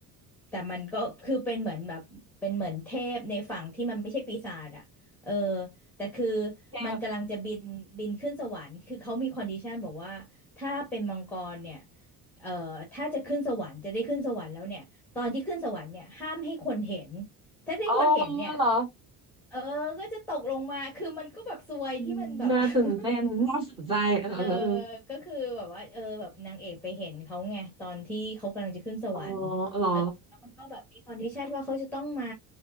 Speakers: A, in the centre; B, on the right.
A: แต่มันก็คือเป็นเหมือนแบบเป็นเหมือนเทพในฝั่งที่มันไม่ใช่ปีศาจอะเออแต่คือ
B: เทพ
A: มันกำลังจะบินบินขึ้นสวรรค์คือเขามีคอนดิชันบอกว่าถ้าเป็นมังกรเนี่ยเอ่อถ้าจะขึ้นสวรรค์จะได้ขึ้นสวรรค์แล้วเนี่ยตอนที่ขึ้นสวรรค์เนี่ยห้ามให้คนเห็นถ้าได้คนเห็นเนี่ย
B: อ๋อเหรอ
A: เออก็จะตกลงมา คือมันก็แบบซวยที่มันแบบ
B: อืมน่าตื่นเต้นน่าสนใจเออเออ
A: <laughs> เออก็คือแบบว่าเออแบบนางเอกไปเห็นเขาไงตอนที่เขากำลังจะขึ้นสวรรค์
B: เอออ๋อเหรอ
A: มันก็แบบมีคอนดิชันว่าเขาจะต้องมา